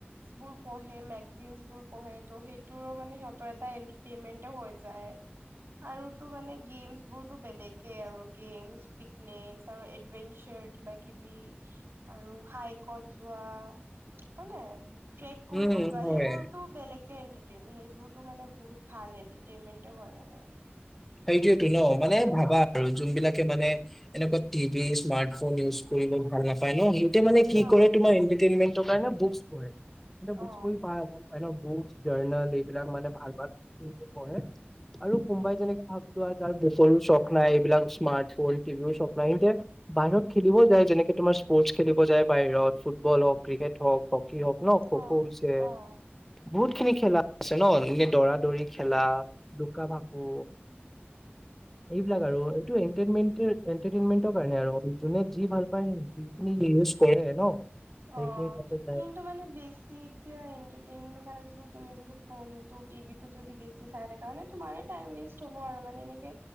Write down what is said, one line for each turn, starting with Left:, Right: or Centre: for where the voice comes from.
Right: বোৰ পঢে ম মেগজিন বোৰ পঢ়ে টো সেইটো মানে এটা এণ্টাৰ তেন্মেন্ত হৈ যায়। আৰুতো মানে গেমছ বোৰতটো বেলেগ আৰু গেমছ পিকনিক আৰু এডভেঞ্চাৰ। কিবা-কিবি আৰু হাইকত যোৱা হয়নে। ট্ৰেক কৰিব
Centre: উম
Right: যোৱা
Centre: হয়
Right: সেইবোৰতো বেলেগে এন্টাৰটেইনমেণ্ট সেইবোৰতো মানে। বহুত ভাল এনটাৰটেনমেন্ট হয় মানে।
Centre: সেইটোয়েতো ন মানে ভাবা আৰু যোন বিলাকে মানে এনেকুৱা টিভি মাক্স ৰ নিউজ কৰিব ভাল নাপাই ন। সিহতঁৰ মানে কি
Right: অ
Centre: কৰে তোমাৰ এনটাৰটেনমেন্ট কাৰনে বুকছ পঢ়ে। বুকচ
Right: অ
Centre: পঢ়ি পাই বুকচ জাৰ্নেল এইবিলাক মানে ভাল-ভাল পঢ়ে। আৰু কোমবাই
Right: উম
Centre: যেনেকে তাৰ বুকৰো চখ নাই এইবিলাক স্মাৰ্টফোন টিভিও চখ নাই সয়া বাহিৰত খেলিবও যায়, যেনেক তোমাৰ স্পৰ্টছ খেলিব যায় বাহিৰত ফুটবল হওক ক্ৰিকেট হওক। হকী হক ন খো
Right: অ
Centre: খো হৈছে
Right: অ
Centre: বহুত খিনি খেলা আছে ন এনে দৰা দৌৰি খেলা, লুকা-ভাকু।
Right: <inaudible>
Centre: এইবিলাক আৰু এনটাৰটেনমেন্ট-এনটাৰটেনমেন্টৰ কাৰণ আৰু যোনে যি ভাল পায় ন। ইউজ কৰে ন। সেইখিনি
Right: অ'
Centre: তাতে যায়
Right: কিন্তু মানে বেছি এতিয়া এনটাৰটেনমেন্টৰ কাৰণে যদি তুমি যদি ফোনটো টিভিটোক যদি বেছি চাই থাকা মানে তুমাৰ টাইম ৱেষ্ট হ'ব আৰু মানে এনেক।